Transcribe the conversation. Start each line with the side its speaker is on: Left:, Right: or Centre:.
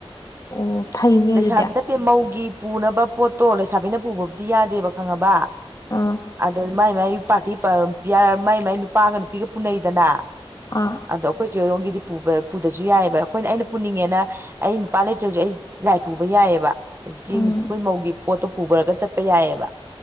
Left: ꯑꯣ ꯐꯩꯅꯦ
Right: ꯂꯩꯁꯥꯕꯤ
Left: ꯑꯗꯨꯗꯤ꯫
Right: ꯅꯠꯇꯦ ꯃꯧꯒꯤ ꯄꯨꯅꯕ ꯄꯣꯠꯇꯣ ꯂꯩꯁꯥꯕꯤꯅ ꯄꯨꯕꯕꯨꯗꯤ ꯌꯥꯗꯦꯕ ꯈꯪꯉꯕ꯫
Left: ꯑꯥ
Right: ꯑꯗꯣ ꯃꯥꯏ ꯃꯥꯏ ꯄꯥꯔꯇꯤ ꯃꯥꯏ ꯃꯥꯏ ꯅꯨꯄꯥꯒ ꯅꯨꯄꯤꯒ ꯄꯨꯅꯩꯗꯅ꯫
Left: ꯑꯥ꯫
Right: ꯑꯗꯣ ꯑꯩꯈꯣꯏ ꯆ‌ꯦ ꯔꯣꯝꯒꯤꯗꯤ ꯄꯨ ꯄꯨꯗꯔꯁꯨ ꯌꯥꯏꯑꯕ ꯑꯩꯈꯣꯏꯅ ꯑꯩꯅ ꯄꯨꯅꯤꯡꯉꯦꯅ ꯑꯩ ꯅꯨꯄꯥ ꯂꯩꯇ꯭ꯔꯁꯨ ꯑꯩ ꯂꯥꯏ ꯄꯨꯕ ꯌꯥꯏꯑꯕ ꯍꯧꯖꯤꯛꯀꯤ
Left: ꯎꯝ
Right: ꯑꯩꯈꯣꯏ ꯃꯧꯒꯤ ꯄꯣꯠꯇꯣ ꯄꯨꯕꯔꯒ ꯆꯠꯄ ꯌꯥꯏꯑꯕ꯫